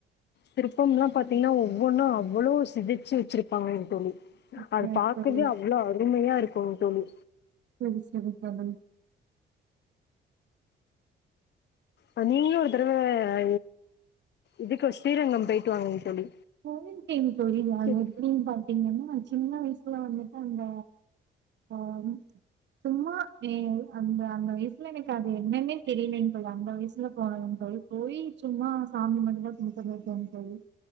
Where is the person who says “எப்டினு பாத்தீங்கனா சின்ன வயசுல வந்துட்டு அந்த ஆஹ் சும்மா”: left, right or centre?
Right